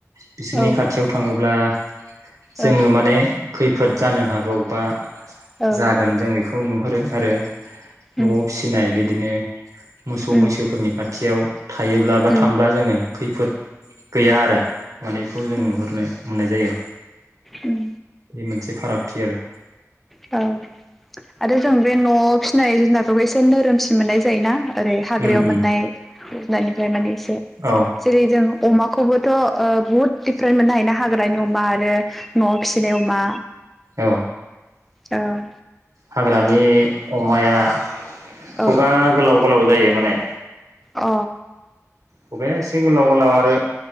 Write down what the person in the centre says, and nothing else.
ओ
औ
उम
उम
उम
उम
उम
उम
औ आरो जों बे न' फिसिनाय जुनारफोरखौ एसे नोरोमसिन मोननाय जायोना ओरै हाग्रायाव
मोननाय
<unintelligible> माने
जेरै जों अमाखौबो थ' ओ बहुद दिडफारेन्ट मोननो हायोना हाग्रानि अमा आरो न'आव फिसिनाय अमा
औ
औ
अ